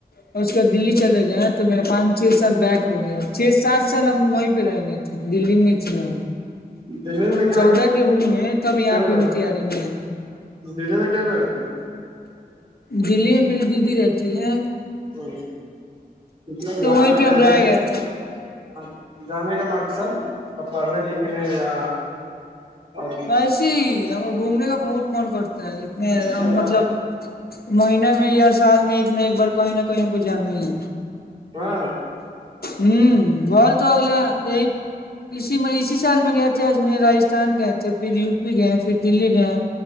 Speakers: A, on the left; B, on the right.
A: اور اس کے بعد دلی چلے گئے نا تو میرا پانچ چ سر بیک ہو گیا چھ سات سال ہم وہیں پہ رہ گئے تھے دلی میں چنا
B: دل میں <unintelligible>
A: چودہ کے ہوں ہیں تب یہاں
B: کیا
A: پہ
B: کر
A: متہاری میں ہے
B: دلی میں کیا کیا ہو تھا
A: دلی میں میری دیدی رہتی ہے
B: اا کی
A: تو
B: وہاں
A: وہیں
B: پہ
A: ہم
B: جانے
A: رہ
B: <unintelligible>
A: گئے تھے
B: ہاں جانے کا مقصد پڑھنے لکھنے یا اور کچھ
A: وسے ہی ہم گھومنے کا بہت من کرتا ہے اتنے
B: اچھا
A: مطلب مہنے میں یا سال میں ایک نہ ایک بار کہیں نہ کہیں کو جانا ہی ہے
B: ہاں
A: ہوں ب تو اگل یہ اسی میں اسی سال میں گئے تھے اجمیر راستھان گئے تھے پھر یو پی گئے پھر دلی گئے